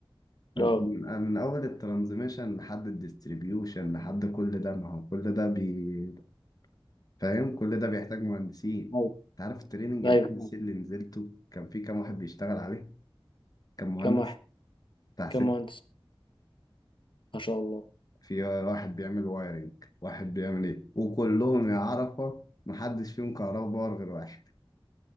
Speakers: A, on the left (about 45°); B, on the left (about 65°).
A: فأنت
B: اه
A: من من أول الترانزميشن لحد الديستريبيوشن لحد كل ده ما هو كل ده بي فاهم كل ده بيحتاج مهندسين
B: ايوه
A: أنت عارف التريننج
B: ايوه
A: البي ال سي اللي نزلته كان في كام واحد بيشتغل عليه كان مهندس
B: كم واحد
A: بتاع
B: كم
A: ست
B: مهندس ما شاء الله
A: في واحد بيعمل وايرنج واحد بيعمل إيه وكلهم يا عرفة محدش فيهم كهرباء باور غير واحد